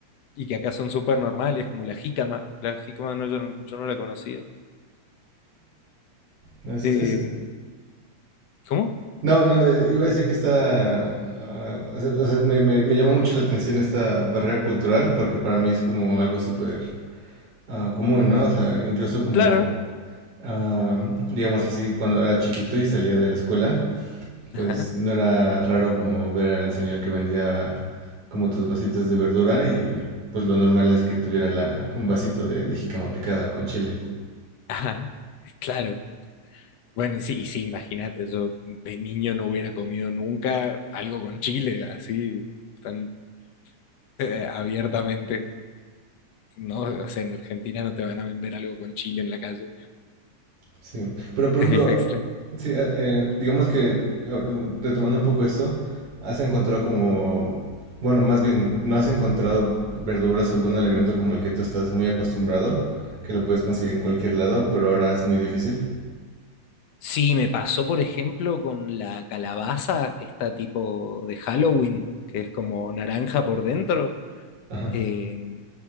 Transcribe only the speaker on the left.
y que acá son súper normales, como la jícama. La jícama no, yo, no yo no la conocía.
Eh,
¿cómo?
Claro.
Ajá,
ajá, claro. Bueno, y sí, y sí, imagínate, yo de niño no hubiera comido nunca algo con chile, así, tan eh, abiertamente. No, o sea, en Argentina no te van a vender algo con chile en la calle.
Es
bien extraño.
Sí, me pasó, por ejemplo, con la calabaza, esta tipo de Halloween, que es como naranja por dentro.
Eh,